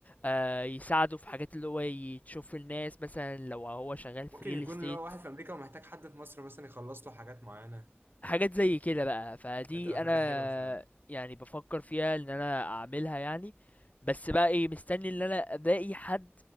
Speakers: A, on the left; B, on the right.
A: آه يساعده في حاجات اللي هو يشوف الناس مثلا لو هو شغال في
B: ممكن يكون
A: real estate
B: اللي هو واحد في أمريكا ومحتاج حد في مصر مثلا يخلص له حاجات معينة
A: حاجات زي كده بقى فدي
B: هتبقى
A: انا
B: فكرة حلوة فعلا
A: يعني بفكر فيها ان انا اعملها يعني بس بقى ايه مستني ان انا الاقي حد